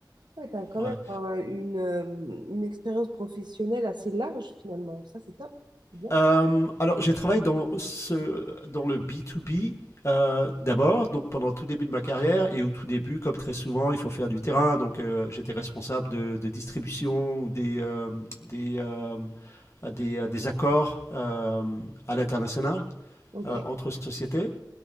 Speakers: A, on the right (about 75°); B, on the left (about 40°).
A: ouais, t'as quand
B: Ouais.
A: même un- une, euh, une expérience professionnelle assez large finalement. Ça, c'est top. C'est Bien.
B: Euh, alors, j'ai travaillé dans, ce, dans le B2B euh, d'abord, donc pendant tout début de ma carrière, et au tout début, comme très souvent, il faut faire du terrain. Donc, euh, j'étais responsable de, de distribution ou des, euh, des, euh, des, euh, des accords euh, à l'international
A: Ok,
B: euh, entre sociétés.